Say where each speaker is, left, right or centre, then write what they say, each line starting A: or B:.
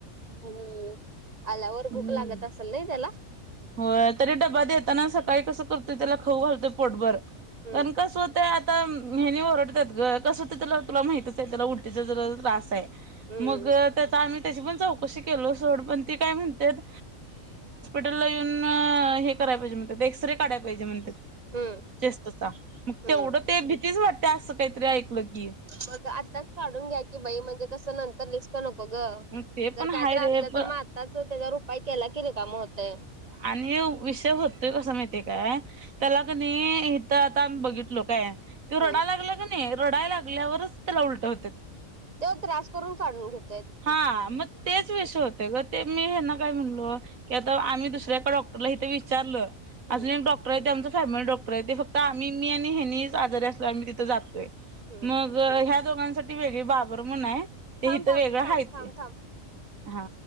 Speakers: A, on the right (about 30°); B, on the right (about 80°).
A: हम्म आल्यावर
B: हम्म.
A: भूक लागत असेल नाही त्याला
B: होय तरी डबा देताना सकाळी कसं करतोय त्याला खाऊ घालतोय पोटभर
A: हम्म
B: कारण कसं होतं. आता हेनी ओरडतात ग कसं तुला माहितच आहे त्याला उलटीचा जर त्रास आहे.
A: हम्म
B: मग आम् त्याची पण चौशी केलो पण ते काय म्हणतेत. ला येऊन हे कराय पाहिजे म्हणतात एक्सरे काढायला पाहिजे म्हणतात.
A: हम्म
B: चेस्तचा मग
A: हम्म
B: तेवढं ते भीतीच वाटते असं काहीतरी ऐकलं की
A: मग आत्ताच काढून घ्या की बाई म्हणजे कसं नंतर रिस्क. नको ग
B: मग ते
A: जर
B: पण
A: काय
B: हाय
A: तर
B: रे
A: असलं तर
B: पण
A: मग आताच त्याच्यावर उपाय केला कि रीकाम होतं.
B: आणि विषय होतोय कसं माहितीय काय? त्याला क नाही इथं आता आम्ही बघितलो काय? त
A: हम्म
B: रडा लागला का नाही रडाय लागल्यावरच त्याला उलट होतात.
A: ते त्रास करून काढून घेतो.
B: हा म तेच. विष होते ग ते मी हे ना काय म्हणलो की आता आम्ही दुसऱ्या एका डॉक्टरला इथे विचारलं.
A: हम्म
B: अून एक डॉक्टर आहे ते आमंचा फॅमिली डॉक्टर आहे ते फक्त आम्ही मी आणि हेनीहीच आजारी असलो आम्ही तिथे जातोय.
A: हम्म
B: मग ह्या दोघांसाठी वेगळी बाबर म्हणून आहे. ते
A: थां
B: इथं
A: थां
B: वेगळं
A: थां
B: हाय ते
A: थम थांम.
B: हा